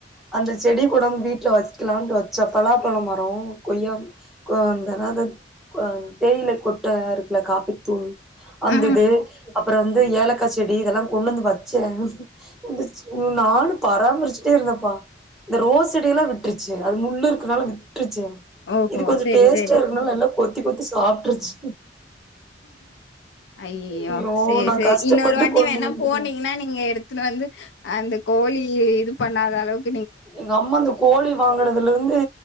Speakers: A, in the centre; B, on the left.
A: அந்த செடி கொண்டாந்து வீட்டுல வெக்கலான்ட்டு வெச்சே பலாப்பழ மரோ அ கொய்யா கோ <unintelligible> அ தேயில கொட்ட இருக்குல காப்பித்தூள் வந்தது
B: ஆ
A: அ புறோ வந்து ஏலக்கா செடி இதெல்லா கொண்டு வந்து வெச்சே இந்துச்சுனு நானு பராமரிச்சிட்டே இரு ந்தேப்பா இந்த ரோஸ் செடியெல்லாம் விட்ருச்சு அது முள்ளு இருக்கனால வி ட்ருச்சு
B: ஓஹோ
A: இது கொஞ்சோ
B: சேரி
A: டேஸ்ட்டா
B: சேரி
A: இருக்குனால நல்லா கொத்தி கொத்தி சாப்ட்ருச்சு
B: ஐயயோ
A: ஐயோ
B: சேரி
A: நா
B: செரி
A: கஷ்டப்பட்டு
B: இன்னொரு வாட்டி
A: கொண்டு
B: வேணா
A: வந்தே
B: போனீங்கன்னா நீங்க எடுத்துனு வந்து அந்த கோழி இது பண்ணாத அளவுக்
A: எங்க அம்மா அந்த கோழி வாங்குனதுல இருந் து